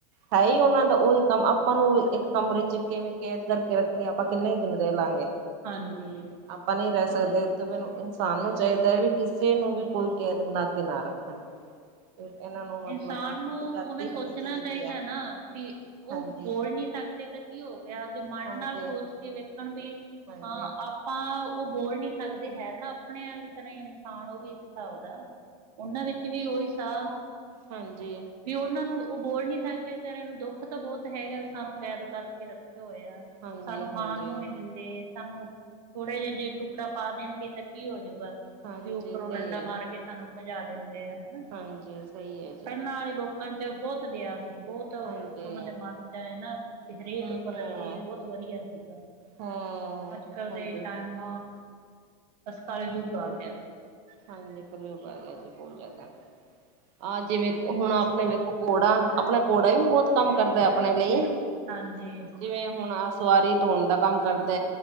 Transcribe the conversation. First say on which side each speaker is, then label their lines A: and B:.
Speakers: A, on the right (about 50°); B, on the right (about 85°).
A: ਹੈ ਈ ਉਨਾਂ ਦਾ ਓਈ ਕੰਮ ਆਪਾਂ ਨੂੰ ਇੱਕ ਕਮਰੇ ਚ ਕਿਵੇਂ ਕੈਦ ਕਰਕੇ ਰੱਖਿਆ ਆਪਾਂ ਕਿੰਨੇ ਦਿਨ ਰੈ ਲਾਂਗੇ?
B: ਹਾਂਜੀ
A: ਆਪਾਂ ਨਈ ਰੈ ਸਕਦੇ ਤੇ ਮੈਨੂੰ ਇਨਸਾਨ ਨੂੰ ਚਾਈਦਾ ਵੀ ਕਿਸੇ ਨੂੰ ਵੀ ਕੋਈ ਕੈਦ ਬਣਾ ਕੇ ਨਾ ਰੱਖਣ ਇਨਾਂ ਨੂੰ ਮਤਲਬ
B: ਇਨਸਾਨ
A: ਆ ਆਜ਼ਾਦੀ
B: ਨੂੰ ਓ ਫਿਰ ਸੋਚਨਾ
A: ਹੋਣੀ ਚਾਹੀਦੀ
B: ਚਾਈਦਾ ਨਾ, ਵੀ ਓ
A: ਹਾਂਜੀ।
B: ਬੋਲ ਨੀ ਸਕਦੇ ਤਾ ਕੀ ਹੋ ਗਿਆ ਆਪਦੇ ਮਨ
A: ਹਾਂਜੀ,
B: ਨਾਲ ਸੋਚ ਕੇ ਵੇਖਣ ਬੀ
A: ਹਾਂਜੀ,
B: ਹਾਂ, ਆਪ ਪਾਂ ਓ ਬੋਲ ਨੀ ਸਕਦੇ ਹੈ ਤਾ ਆਪਣੇ ਅਰੀ ਤਰ੍ਹਾਂ ਇਨਸਾਨ ਓ ਵੀ ਇੱਕ ਸਾਬ ਦਾ ਓਨਾਂ ਵਿੱਚ ਵੀ ਓਹੀ ਸਾਹ
A: ਹਾਂਜੀ
B: ਵੀ ਓਨਾਂ ਨੂੰ ਓ ਬੋਲ ਨੀ ਸਕਦੇ ਵਿਚਾਰੇ ਨੂੰ ਦੁੱਖ ਤਾਂ ਬੌਤ ਹੈਗਾ ਵੀ ਸਾਨੂੰ ਕੈਦ ਕਰਕੇ ਰੱਖਿਆ ਹੋਇਆ।
A: ਹਾਂਜੀ,
B: ਸਾਨੂੰ
A: ਹਾਂਜੀ।
B: ਖਾਣ ਨੂੰ ਨੀ ਦਿੰ ਦੇ ਸਾਨੂੰ ਥੋੜੇ ਜੇ ਜੇ ਟੁਕੜਾ ਪਾ ਦੇਣਗੇ ਤਾ ਕੀ ਹੋਜੂਗਾ।
A: ਹਾਂਜੀ
B: ਵੀ ਉੱਪਰੋ
A: ਸਹੀ
B: ਡੰਡਾ
A: ਹੈ,
B: ਮਾਰ ਕੇ ਸਾਨੂੰ ਭਜਾ ਦਿੰਦੇ ਆ ਹਨਾ।
A: ਹਾਂਜੀ, ਸਈ ਐ।
B: ਪੈਲਾਂ ਆਲੇ ਲੋਕਾਂ ਚ ਬੋਤ ਦਆ ਸੀ ਬੋਤ ਉਨਾਂ
A: ਹਾਂਜੀ।
B: ਦੇ ਮਨ ਚ ਐ ਨਾ ਵੀ ਹਰੇਕ
A: ਹੂੰ,
B: ਪ੍ਰਤੀ
A: ਹੂੰ,
B: ਬੋਤ ਵਧੀਆ ਸੀਗਾ।
A: ਹੂੰ,
B: ਅੱਜ ਕਲ
A: ਹਾਂਜੀ।
B: ਦੇ ਟਾਈਮ ਅਸ ਕਾਲਯੁੱਗ ਆ ਗਿਆ।
A: ਹਾਂਜੀ ਕਲਯੁੱਗ ਆ ਗਿਆ ਜੀ ਬੋਤ ਜਾਦਾ। ਆ ਜਿਵੇ ਹੁਣ ਆਪਣੇ ਵੇਖੋ ਘੋੜਾ ਆਪਣਾ ਘੋੜਾ ਵੀ ਬੋਤ ਕੰਮ ਕਰਦਾ ਆਪਣੇ ਲਈ।
B: ਹਾਂਜੀ।
A: ਜਿਵੇਂ ਹੁਣ ਆਹ ਸਵਾਰੀ ਧੋਣ ਦਾ ਕੰਮ ਕਰਦਾ।